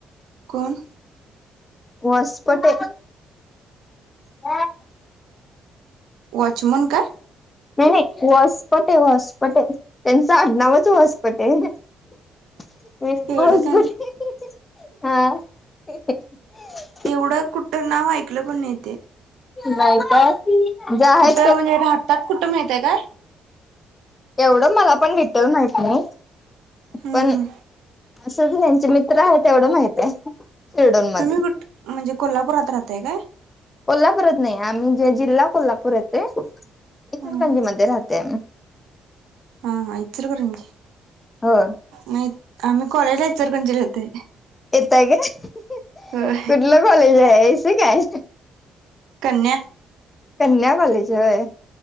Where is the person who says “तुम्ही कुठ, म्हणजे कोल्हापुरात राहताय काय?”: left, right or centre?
Right